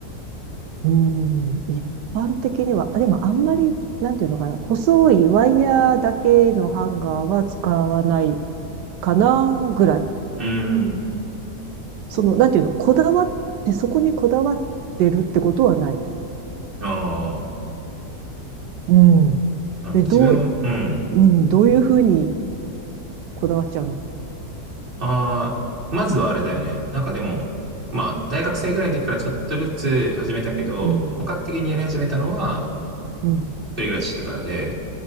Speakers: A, on the right; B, on the right.
A: うん、一般的には、あでもあんまり、なんていうのかな、細いワイヤーだけのハンガーは使わないかな、ぐらい。
B: うん。
A: その、なんていうの、こだわって、そこにこだわってるってことはない。
B: ああ、
A: うん。
B: なるほど。
A: で、どう、
B: 自分、うん。
A: うん、どういうふうにこだわっちゃうの
B: ああ、まずはあれだよね。なんかでも、まあ、大学生ぐらいの時からちょっとずつ始めたけど、
A: うん、
B: 本格的にやり始めたのは、
A: うん、
B: 一人暮らししてからで、